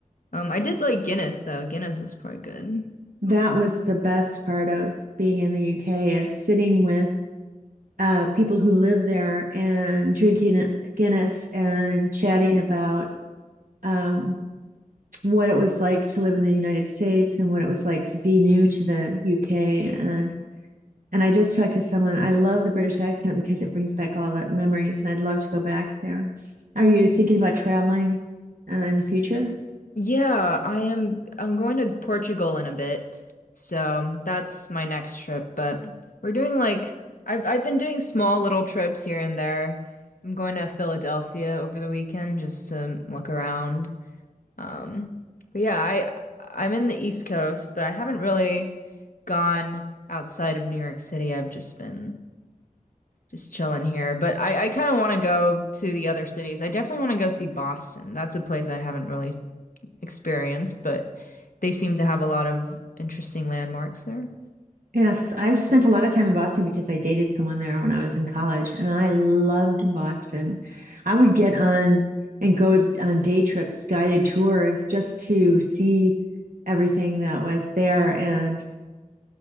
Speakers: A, on the left (about 75°); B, on the right (about 75°).
A: Um, I did like Guinness though. Guinness is quite good.
B: that was the best part of being in the UK is sitting with uh, people who live there and drinking Guinness and chatting about um, what it was like to live in the United States and what it was like to be new to the UK and and I just talked to someone I love the British accent because it brings back all the memories and I'd love to go back there. Are you thinking about traveling uh, in the future?
A: Yeah, I am I'm going to Portugal in a bit. So that's my next trip, but we're doing like I've I've been doing small little trips here and there. I'm going to Philadelphia over the weekend just to look around. Um, but yeah, I I'm in the East Coast, but I haven't really gone outside of New York City. I've just been Just chilling here, but I, I kind of want to go to the other cities. I definitely want to go see Boston. That's a place I haven't really experienced, but they seem to have a lot of interesting landmarks there.
B: Yes, I've spent a lot of time in Boston because I dated someone there when I was in college and I loved Boston. I would get on and go on day trips, guided tours just to see everything that was there. And